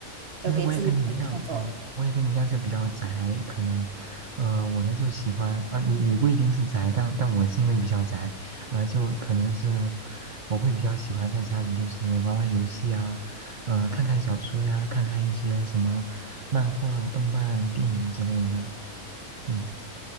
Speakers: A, on the right (about 80°); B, on the right (about 50°).
A: 其实我也跟你一样，
B: 就给自己本创作。
A: 嗯，我也跟你一样，就比较宅，可能，呃，我呢就喜欢，啊，你你不一定是宅，但但我是因为比较宅，呃，就可能是我会比较喜欢在家里就是玩玩游戏啊，呃，看看小说呀，看看一些什么漫画、动漫、电影之类的，嗯，